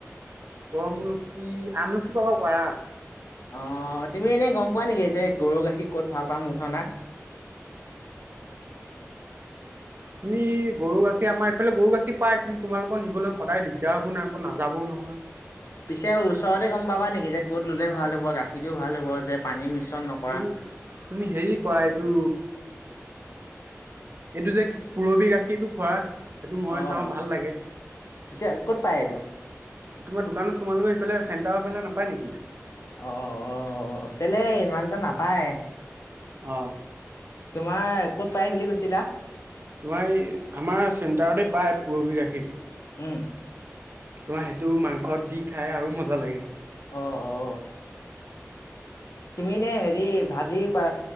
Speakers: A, on the right (about 45°); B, on the left (about 70°).
A: পৰমলখি, আমলখি পাব পাৰা।
B: অ, তুমি এনে গম পোৱা নেকি? যে গৰু গাখীৰ ক'ত ভাল পাম মুঠনা
A: তুমি গৰু, গাখীৰ আমাৰ ইফালে গৰু গাখীৰ পাই কিন্তু তোমালোকৰ নিবলৈ সদায় দিগদাৰ হ'ব নাই, আকৌ নাযাবও নহয়।
B: পিছে ওচৰতে গম পাবা নেকি? যে ক'ত ল'লে ভাল হ'ব, গাখীৰটোও ভাল হ'ব যে পানী মিশ্ৰণ নক
A: তুমি তুমি হেৰি কৰা এইটো এইটো যে পুৰবি গাখীৰটো খোৱা। সেইটো মই
B: অ'।
A: খাওঁ ভাল লাগে।
B: পিছে ক'ত পায় এইটো?
A: তোমাৰ দোকানত তোমালোকৰ সেইফালে চেটাৰফালে নাপায় নেকি?
B: অ কেলে ইমানটা নাপায়।
A: অ'
B: তোমাৰ ক'ত পাই বুলি কৈছিলা?
A: তোমাৰ এই আমাৰ চেণ্টাৰতে পায় পুৰবি গাখীৰটো।
B: উম।
A: তোমাৰ সেইটো মাংসত দি খাই আৰু মজা লাগে।
B: অ। অ তুমি নে হেৰি ভাজি পা